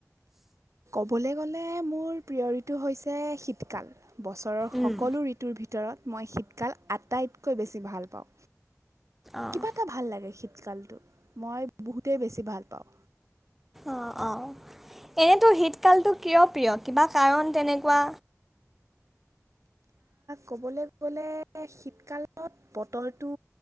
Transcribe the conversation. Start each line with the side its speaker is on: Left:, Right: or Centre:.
Right: ক'লে গ'লে মোৰ প্ৰিয় ঋতু হৈছে শীতকাল। বছৰৰ সকলো
Centre: উম।
Right: ঋতুৰ ভিতৰত। ভিতৰত মই শীতকাল আটাইতকৈ বেছি ভাল পাওঁ।
Centre: অঁ
Right: কিবা এটা ভাল লাগে শীত। আজি কালিটো মই বহুতেই বেছি ভাল পাওঁ।
Centre: অ অ এনেতো শীতকালটো কিয় প্ৰিয় কিবা কাৰণ তেনেকুৱা।
Right: ক'বলৈ গ'লে শীতকালত বতৰটো